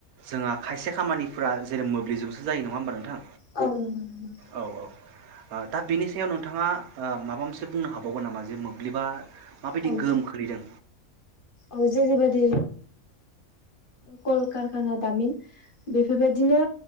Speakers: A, on the right; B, on the left.
A: जोंहा खायसे खामानिफोरा जेरै मोब्लिबजोंसो जायो नङा होमबा नोंथां
B: औ नंगौ नंगौ
A: औ औ औ दा बेनि सायाव नोंथाङा ओ माबा मोनसे बुंनो हाबावगोन नामा? जे मोब्लिबा माबायदि
B: औ
A: गोहोम खोलैदों?
B: औ जेरैबादि कलकारखाना दामिन बेफोरबायदिनो